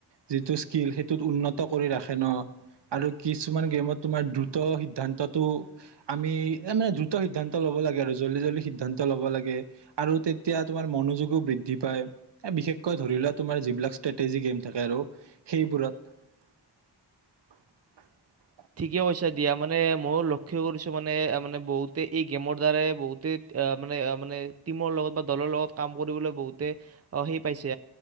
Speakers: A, on the right; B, on the right.
A: যিটো স্কিল সেইটোত উন্নত কৰি ৰাখে ন আৰু কিছুমান গেমত তোমাৰ দ্ৰুত সিদ্ধান্তটো আমি মানে দ্ৰুত সিদ্ধান্ত লব লাগে আৰু জল্ডি জল্ডি সিদ্ধান্ত ল'ব লাগে। আৰু তেতিয়া তোমাৰ মনোযোগো বৃদ্ধি পায়, বিশেষকৈ ধৰি লোৱা তোমাৰ যিবিলাক ষ্ট্ৰেটেজি গেম থাকে আৰু সেইবোৰত।
B: ঠিকে কৈছা দিয়া মানে ময়ো লক্ষ্য কৰিছো মানে মানে বহুতে এই গেমৰ দ্বাৰাই বহুতে মানে মানে টিমৰ লগত বা দলৰ লগত কাম কৰিবলৈ বহুতে সেই পাইছে